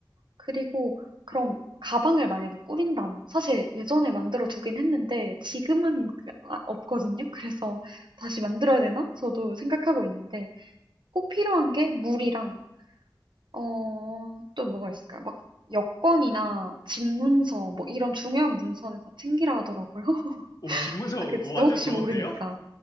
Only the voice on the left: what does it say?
오, 집문서
완전
좋은데요?